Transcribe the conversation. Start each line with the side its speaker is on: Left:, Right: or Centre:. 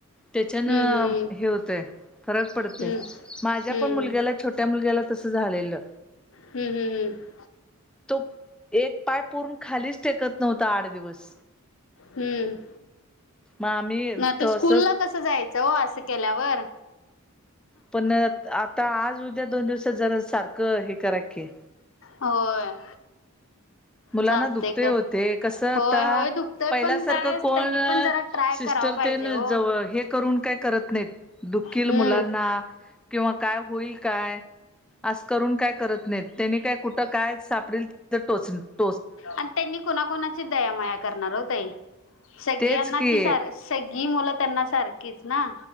Centre: त्याच्यानं
Left: हम्म
Centre: हे होतंय फरक पडतंय,
Left: हम्म हम्म हम्म
Centre: माझ्या पण मुलग्याला
Left: हम्म हम्म
Centre: छोट्या मुलग्याला तसं झालेलं.
Left: हम्म हम्म हम्म
Centre: तो एक पाय पूर्ण खालीच टेकत नव्हता आठ दिवस.
Left: हम्म
Centre: म आम्ही
Left: ना तो
Centre: तसंच
Left: स्कूल ला कसं जायचं हो, असं केल्यावर.
Centre: पण, आता आज उद्या दोन दिवसात जरा सारखं हे करा की
Left: होय
Centre: मुलांना
Left: चालते
Centre: दुखतंय
Left: कर
Centre: ओ ते, कसं
Left: होय
Centre: आता
Left: होय दुखतय
Centre: पहिल्यासारखं
Left: पण काय
Centre: कोण
Left: त्यांनी
Centre: अ
Left: पण जरा ट्राय
Centre: सिस्टर
Left: करावा पाहिजे
Centre: ते ना
Left: हो
Centre: जवळ हे करून काय करत नाही, दुखील
Left: हम्म
Centre: मुलांना किंवा काय होईल काय? अस करून काय करत नाहीत त्याने काय कुठं काय सापडेल तिथं टोच
Left: आणि त्यांनी कुणाकुणाची दया माया करणार होतय सगळयाना
Centre: तेच की
Left: ती सार सगळी मुलं त्यांना सारखीच ना?